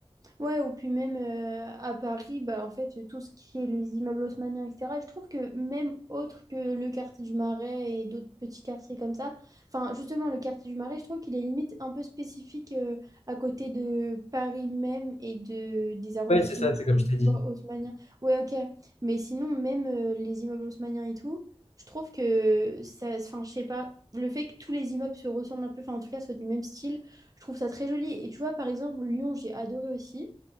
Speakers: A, on the right; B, on the left.
A: Ouais, ou puis même euh, à Paris, bah, en fait, tout ce qui est les immeubles haussmanniens, etc., je trouve que même autre que le quartier du Marais et d'autres petits quartiers comme ça, enfin, justement, le quartier du Marais, je trouve qu'il est limite un peu spécifique euh, à côté de Paris même et de, des arrondissements,
B: Ouais, c'est ça, c'est comme
A: euh,
B: je t'ai
A: tu
B: dit.
A: vois, haussmanniens. Ouais, ok, mais sinon, même euh, les immeubles haussmanniens et tout, je trouve que ça, enfin, je sais pas, le fait que tous les immeubles se ressemblent un peu, enfin, en tout cas, soient du même style, je trouve ça très joli. Et tu vois, par exemple, Lyon, j'ai adoré aussi.